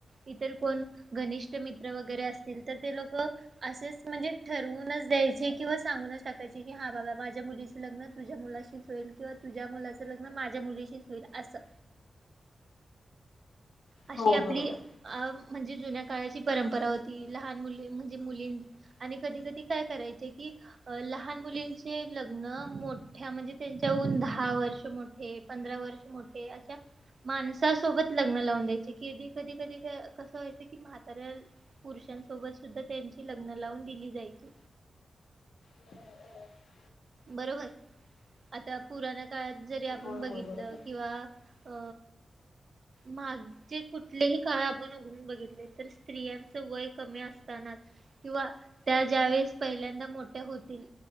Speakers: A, on the right (about 55°); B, on the left (about 85°).
A: इतर कोण घनिष्ठ मित्र वगैरे असतील तर ते लोक असेच म्हणजे ठरवूनच द्यायचे किंवा सांगूनच टाकायचे की हा बाबा माझ्या मुलीच लग्न तुझ्या मुलाशीच होईल किंवा तुझ्या मुलाच लग्न माझ्या मुलीशीच होईल असं अशी
B: हो
A: आपली
B: बरोबर.
A: अ म्हणजे जुन्या काळाची परंपरा होती लहान मुली म्हणजे मुलीं आणि कधी -कधी काय करायच की लहा लहान मुलींचे लग्न मोठ्या म्हणजे त्यांच्याहून दहा वर्ष मोठे पंधरा वर्ष मोठे अशा माणसासोबत लग्न लावून द्यायचे कधी कधी कधी कस व्हायचं की म्हातऱ्या पुरुषांसोबत सुद्धा त्यां लग्न लावून दिली जायची
B: हो
A: बरोबर, आता पुराणा काळात जरी आपण
B: होय
A: बघितलं
B: होय बरोबर
A: किंवा अ मागचे कुठलेही काळ आपण बघितले तर स्त्रियांच वय कमी असतानाच किंवा त्या ज्यावेेळेस पहिल्यांदा मोठ्या होतील